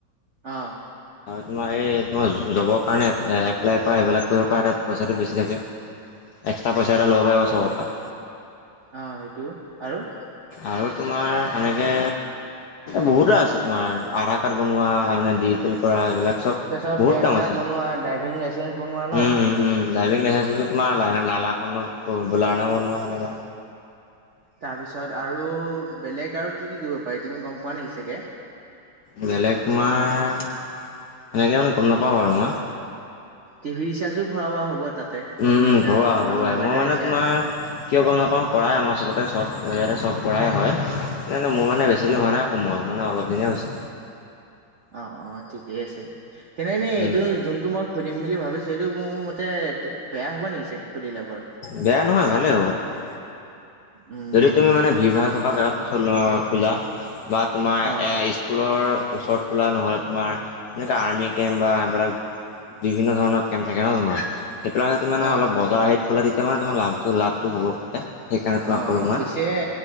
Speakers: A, on the right; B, on the left.
A: অহ
B: তোমাৰ এই তোমাৰ জবৰ কাৰণে এপ্লাই কৰা এইবিলাক কৰিব পৰা তাত পইচাটো বেছি থাকে। এক্সট্ৰা পইচা এটা ল'ব পাৰিবা চবৰ পৰা।
A: অঁ সেইটো আৰু।
B: আৰু তোমাৰ সেনেকে বহুতে আছে তোমাৰ আধাৰ কাৰ্ড বনোৱাে দি। কৰা এইবিলাক চব
A: তাৰপিছত
B: বহুত
A: পেন
B: কাম
A: কাৰ্ড
B: আছে উম
A: বনোৱা ড্ৰাইভিং লাইচেন্ঞ্চ বনোৱা ন
B: উম উম। ড্ৰাইভিং লাইচেঞ্চসটো তোমাৰ লাইনা লানাখনত লাৰনা বনোৱা সেনেকা।
A: তাৰপিছত আৰু বেলেগ আৰু কি কি কৰিব পাৰি তুমি গম পোৱা নেকি চাগে?
B: বেলেগ তোমাৰ সেনেকে মানে গম নাপাওঁ বাৰু মই।
A: টিভি ৰিচাৰ্জো ভৰোৱা হ'ব তাতে,
B: উম,
A: টিভি
B: উম,
A: ৰিচাৰ্জ
B: ভৰোৱা ভৰোৱাই
A: বা মোবাইলৰ
B: মই মানে
A: ৰিচাৰ্জ।
B: তোমাৰ কিয় গম নাপাওঁ কৰাই মই চবতে চব ইয়াতে চব কৰাই হয়। এতিয়া মানে মই মানে বেছি
A: অ
B: হোৱা নাই সোমোৱা মানে অলপ দিনে হৈছে।
A: অ অ ঠিকেই আছে, তেনেনে
B: উম,
A: এইটো যোনটো মই খুুলিম বুলি ভাবিছো এইটো মোৰ মতে বেয়া হ'ব নেকি চাগে খুলিলে। বাৰু
B: বেয়া নহয় ভালেই হ'ব তোমাৰ।
A: উম
B: যদি তুমি মানে ভিৰ ভাৰ থকা জেগাত চলা খোলা বা। তোমাৰ
A: অ
B: স্কুলৰ ওচৰত খোলা নহ'লে তোমাৰ আৰ্মি কেম্প বা এইবিলাক বিভিন্ন ধৰণৰ কেম্প থাকে ন তোমাৰ সেইবিলাক যদি মানে
A: অ
B: অলপ বজাৰ হেৰি খোলা তেতিয়া মানে তোমাৰ লাভটো লাভটো হব। সেইকাৰণে তোমাক
A: অ
B: ক'লো
A: অ
B: মই।
A: পিছে